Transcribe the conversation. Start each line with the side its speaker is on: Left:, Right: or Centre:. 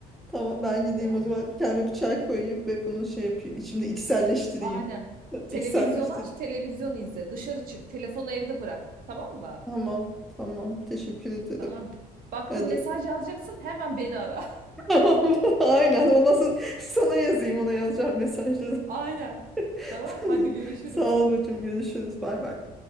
Centre: Tamam ben gideyim
Right: yani.
Centre: o zaman bir kendime bir çay koyayım ve bunu şey yapayım. İçimde içselleştireyim.
Right: Aynen.
Centre: <laughs>
Right: Televizyon
Centre: İçselleştireyim.
Right: aç, televizyon izle. Dışarı çık, telefonu evde bırak. Tamam mı?
Centre: Tamam tamam teşekkür ederim.
Right: Tamam. Baktın
Centre: Hadi.
Right: mesaj yazacaksın, hemen beni ara.
Centre: <laughs> Aynen olmazsa sana yazayım ona yazacağım mesajları.
Right: <laughs> Aynen.
Centre: <laughs>
Right: Tamam, hadi görüşürüz.
Centre: Sağ ol bacım görüşürüz bay bay.